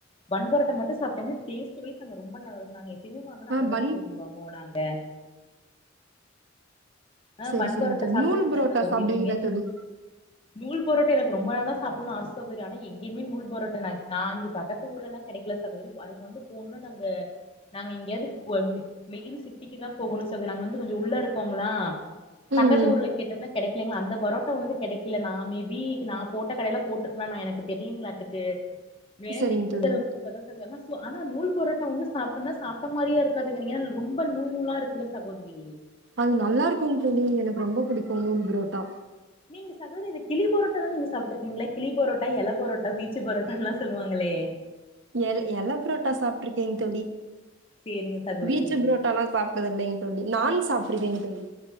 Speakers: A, on the left; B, on the right.
A: பன் பரோட்டா மட்டு சாப்ட்டிங்கனா டேஸ்ட்டு வைஸ் அங்க ரொம்ப நல்லாருக்கு நாங்க எப்பயுமே வாங்குனா
B: ஆ
A: அங்கதா
B: பன்
A: சகோதரி வாங்குவோ நாங்க ஆ
B: சரி
A: பன்
B: சரிங்க
A: பரோட்டா
B: தோழி
A: சாப்ட்டுருக்கீங்களா
B: நூல் புரோட்டா
A: சகோதிரி
B: சாப்டுவீங்களா
A: நீங்க
B: தோழி
A: நூல் புரோட்டா எனக்கு ரொம்ப நாளா சாப்பினு ஆசை சகோதரி ஆனா எங்கயுமே நூல் புரோட்டா நா இங்க பக்க எங்க ஊர்லெல்லா கெடைக்கல சகோதரி அதுக்கு வந்து போணுனா நாங்க நாங்க எங்கேயாவது போ மெ மெயின் சிட்டிக்கு தா போகணு சகோதரி நாங்க வந்து கொஞ்ச உள்ள இருக்கோங்களா
B: ம்
A: பக்கத்து
B: ம்
A: ஊர்ல கேட்டப்ப கெடைக்கலங்க அந்த பரோட்டா வந்து கெடைக்கல நா மேபி இப்ப நா போட்ட கடைல போட்ருக்கலா நா எனக்கு தெரியலங்களாட்டுக்கு வேணா
B: சரிங்க
A: நெக்ஸ்ட்
B: தோழி
A: தரவ குடுக்குறனா சொல்லுங்க ஆனா நூல் புரோட்டா வந்து சாப்பிட்டோனா சாப்ட்ட மாரியா இருக்காதுங்கிறீங்க ரொம்ப நூல் நூலா இருக்குல்ல சகோதரி
B: அது நல்லா இருக்குங் தோழி எனக்கு ரொம்ப புடிக்கு நூல் புரோட்டா
A: நீங்க சகோதரி இந்த கிளி பொரோட்டாலா நீங்க சாப்ட்ருக்கீங்களா கிளி பொரோட்டா எல பொரோட் டா வீச்சு பொரோட்டான்லா சொல்லுவாங்களே
B: எல் எல புரோட்டா சாப்ட்டுருக்கேங் தோழி
A: சேரிங்க சகோதரி
B: வீச்சு புரோட்டால்லா சாப் ட்டதில்லைங் தோழி நான் சாப்ட்ருக்கேங் தோழி